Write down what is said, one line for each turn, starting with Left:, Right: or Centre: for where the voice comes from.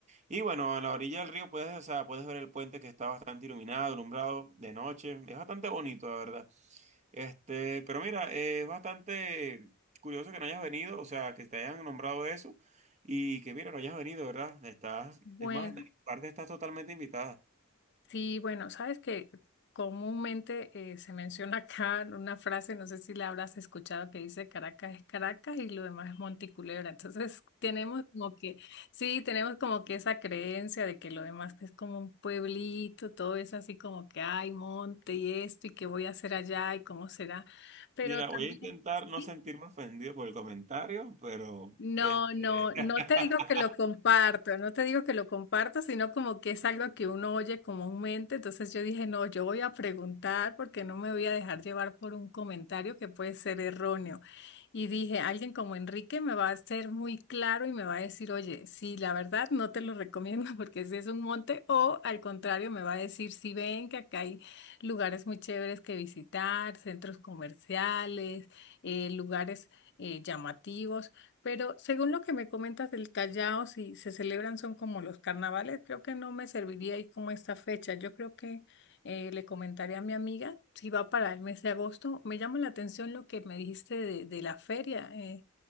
Right: Y bueno, en la orilla del río puedes, o sea, puedes ver el puente que está bastante iluminado, alumbrado de noche. Es bastante bonito, la verdad. Este, pero mira, eh, es bastante curioso que no hayas venido, o sea, que te hayan nombrado eso y que mira, no hayas venido, ¿verdad? Estás,
Left: Bueno,
Right: es más, de mi parte estás totalmente invitada.
Left: Sí, bueno, sabes que comúnmente eh, se menciona acá una frase, no sé si la habrás escuchado, que dice Caracas es Caracas y lo demás es Monte y Culebra. Entonces <laughs> tenemos como que, sí, tenemos como que esa creencia de que lo demás es como un pueblito, todo es así como que hay monte y esto y qué voy a hacer allá y cómo será. Pero
Right: Mira,
Left: también...
Right: voy a intentar no
Left: sí.
Right: sentirme ofendido por el comentario, pero
Left: No,
Right: este
Left: no, no
Right: <laughs>
Left: te digo que lo comparto, no te digo que lo comparto, sino como que es algo que uno oye comúnmente. Entonces yo dije, no, yo voy a preguntar porque no me voy a dejar llevar por un comentario que puede ser erróneo. Y dije, alguien como Enrique me va a ser muy claro y me va a decir, oye, sí, la verdad no te lo recomiendo <laughs> porque si es un monte, o al contrario, me va a decir, sí, ven que acá hay lugares muy chéveres que visitar, centros comerciales, eh, lugares eh, llamativos. Pero según lo que me comentas del Callao, si se celebran son como los carnavales, creo que no me serviría ahí como esta fecha. Yo creo que eh, le comentaré a mi amiga si va para el mes de agosto. Me llama la atención lo que me dijiste de, de la feria. eh,